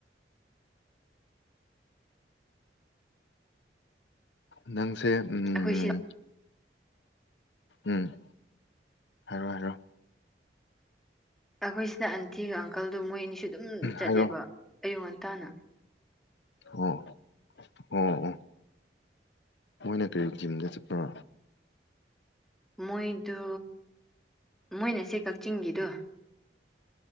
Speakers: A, on the left; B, in the centre.
A: ꯅꯪꯁꯦ ꯎꯝ
B: ꯑꯩꯈꯣꯏ ꯁꯤ
A: ꯎꯝ ꯍꯥꯏꯔꯣ ꯍꯥꯏꯔꯣ
B: ꯑꯈꯣꯏꯁꯤꯅ ꯑꯟꯇꯤꯒ ꯑꯪꯀꯜꯗꯣ ꯃꯣꯏ ꯑꯅꯤꯁꯨ ꯑꯗꯨꯝ ꯆꯠꯂꯦꯕ
A: ꯍꯥꯏꯔꯣ
B: ꯑꯌꯨꯛ ꯉꯟꯇꯥꯅ
A: ꯑꯣ ꯑꯣ ꯑꯣ ꯃꯣꯏꯅ ꯀꯔꯤ ꯖꯤꯝꯗ ꯆꯠꯄ꯭ꯔ
B: ꯃꯣꯏꯗꯣ ꯃꯣꯏꯅ ꯁꯤ ꯀꯛꯆꯤꯡꯒꯤꯗꯣ